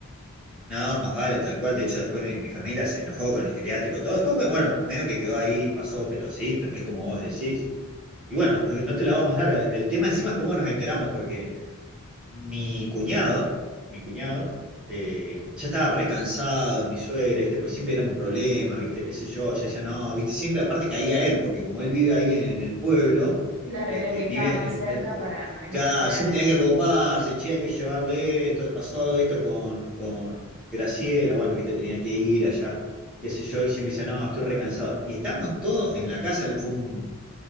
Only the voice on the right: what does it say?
Claro,
era el que
estaba más
cerca
para ir
a hacer algo.